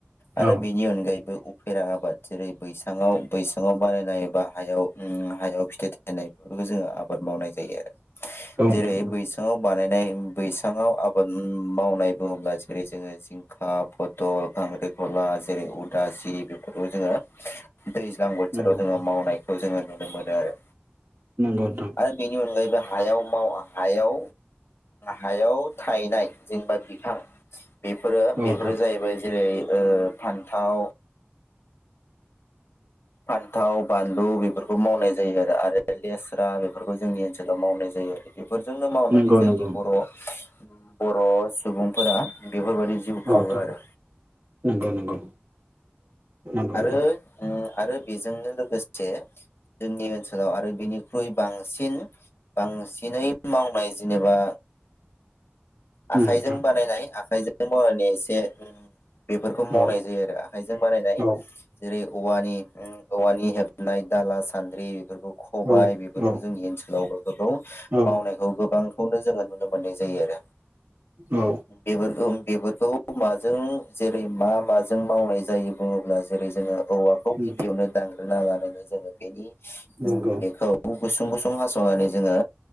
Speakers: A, on the left; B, on the right.
A: आरो
B: औ
A: बेनि अनगायैबो। फेरा आबाद जेरै बैसाङाव बैसाङाव बानायनाय बा हायाव हायाव फिथाइ थनाय बेफोरखौ जोङो आबाद मावनाय जायो आरो।
B: नोंथां
A: जेरै
B: औ
A: बैसाङाव बानायनाय बैसाङाव आबाद मावनाय बुङोब्ला जेरै जोङो खा फथल खांख्रिखला जेरै उदासि बेफोरखौ जोङो। दैज्लां बोथोराव
B: नंगौ नोंथां
A: जोङो मावनाय। जोङो नुनो मोनो आरो।
B: नंगौ नोंथां
A: आरो बिनि अनगायबो। हायाव माव हायाव हायाव थायनाय जेनेबा बिफां बेफोरो। बेफोरो
B: औ नोंथां
A: जाहैबाय। जेरै ओ फान्थाव फान्थाव बानलु बेफोरखौ मावनाय जायो आरो आरो लेस्रा बेफोरखौ जोंनि ओनसोलाव ओनसोलाव मावनाय जायो आरो बेफोरजोंनो मावनानै
B: नंगौ
A: जोंनि
B: नंगौ
A: बर' बर' सुबुंफोरा बेफोरबायाददि जिउ
B: औ
A: खुङो
B: नोंथां
A: आरो।
B: नंगौ नंगौ नंगौ नोंथां
A: आरो उम आरो बेजोंनो लोगोसे जोंनि ओनसोलाव आरो बिनिख्रुइ बांसिन बांसिनै मावनाय जेनेबा आखाइजों
B: उम नोंथां
A: बानायनाय आखाइजों। <unintelligible> लोगोसे बेफोरखौ मावनाय
B: औ
A: जायो आरो आखाइजों बानायनाय
B: औ
A: जेरै औवानि औवानि हेबनाय दाला सान्द्रि। बेफोरखौ खबायाइ
B: औ
A: बेफोरखौ
B: औ
A: जोंनि ओनसोलावबो। फोर
B: औ
A: मावनायखौ गोबां बेखौनो जोङो नुनो मोन्नाय जायो आरो
B: औ
A: बेफोरखौ बेफोरखौ माजों जेरै मा माजों मावनाय जायो बुङोब्ला जेरै जोङो औवाखौ
B: उम
A: गिबियावनो दा <unintelligible> जोङो बेनि उम
B: नंगौ।
A: बेखौ गुसुं गुसुं हास‌'नानै जोङो